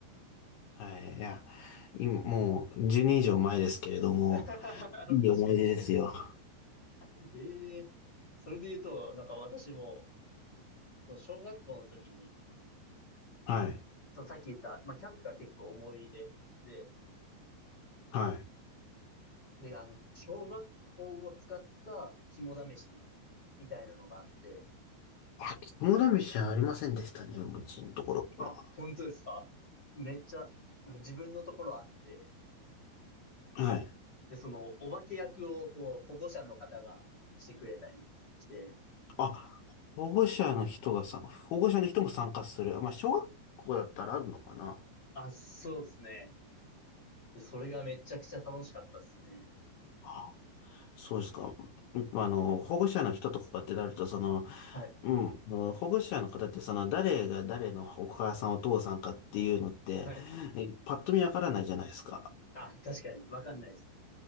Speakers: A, on the left (about 75°); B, on the left (about 35°).
A: はい、いや、今、もう、10年以上前ですけれども、
B: <laughs> 確かに確か
A: いい思い出ですよ。
B: に。ええそれで言うと、なんか私も、その小学校の時に、
A: はい、
B: そのさっき言った、まあ、キャンプが結構思い出で、
A: はい。
B: で、あの、小学校を使った肝試しみたいなのがあって、
A: あ、肝試しはありませんでしたね、うちのところは。
B: あ、本当ですかめっちゃ、自分のところあって、
A: はい。
B: で、その、お化け役を、こう、保護者の方がしてくれたりして、
A: あ、保護者の人がさ、保護者の人も参加する。まあ、小学校だったらあるのかな。
B: あ、そうですね。で、それがめちゃくちゃ楽しかったですね。
A: あそうですか。まあの、保護者の人とかってなると、その、
B: はい。
A: うん、あの保護者の方って、その、誰が誰のお母さん、お父さんかっていうのって、
B: はい。
A: えパッと見わからないじゃないですか。
B: あ、確かに、わかんないです。